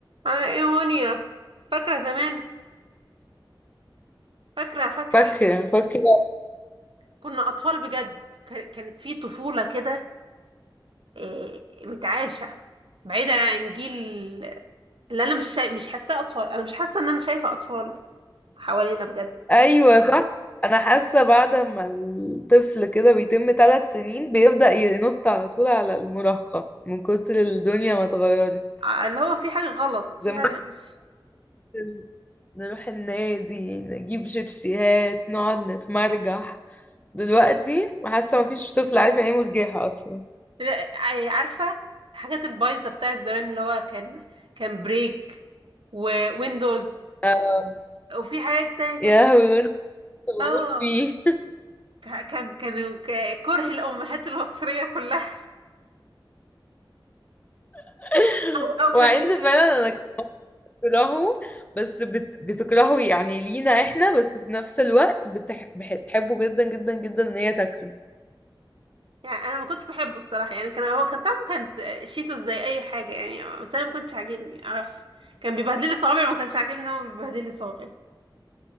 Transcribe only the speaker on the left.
فاكرة
فاكرة
أيوة صح أنا حاسة بعد ما الطفل كده بيتم ثلاث سنين بيبدأ ينط على طول على المراهقة من كتر الدنيا ما اتغيرت
زمان
كنا نروح النادي نجيب شيبسيهات نقعد نتمرجح دلوقتي حاسة مفيش طفل عارف يعني ايه مرجحة أصلا
آه،
يا لهوي كنت بموت
فيه
<laughs>
وعند
فعلا
أنا بتكرهه بس بت... بتكرهه يعني لينا احنا بس في نفس الوقت بتح... بح- بتحبه جدا جدا جدا ان هي تاكله